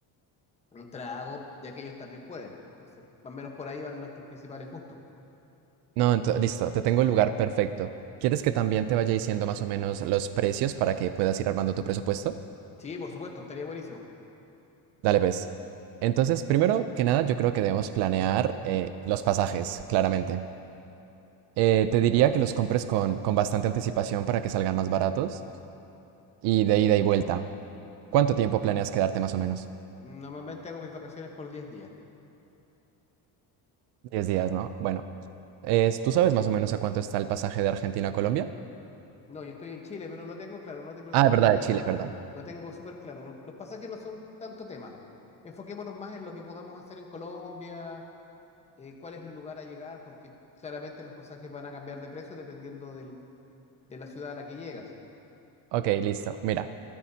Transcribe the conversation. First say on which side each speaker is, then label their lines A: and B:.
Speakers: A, on the left; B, on the right.
A: un trago, ya que ellos también pueden. Entonces, más o menos por ahí van nuestros principales gustos.
B: No, ento- listo, te tengo el lugar perfecto. ¿Quieres que también te vaya diciendo más o menos los precios para que puedas ir armando tu presupuesto?
A: Sí, por supuesto, estaría buenísimo.
B: Dale, pues. Entonces, primero que nada, yo creo que debemos planear eh, los pasajes, claramente. Eh, te diría que los compres con, con bastante anticipación para que salgan más baratos y de ida y vuelta. ¿Cuánto tiempo planeas quedarte más o menos?
A: Normalmente hago mis vacaciones por 10 días.
B: Diez días, ¿no? Bueno, es- ¿tú sabes más o menos a cuánto está el pasaje de Argentina a Colombia?
A: No, yo estoy en Chile, pero lo tengo claro, no te preocupes
B: Ah, de verdad,
A: por
B: de
A: eso,
B: Chile, perdón.
A: lo tengo súper claro. Los, los pasajes no son tanto tema. Enfoquémonos más en lo que podamos hacer en Colombia, eh, cuál es el lugar a llegar, porque claramente los pasajes van a cambiar de precio dependiendo del, de la ciudad a la que llegas.
B: Ok, listo. Mira,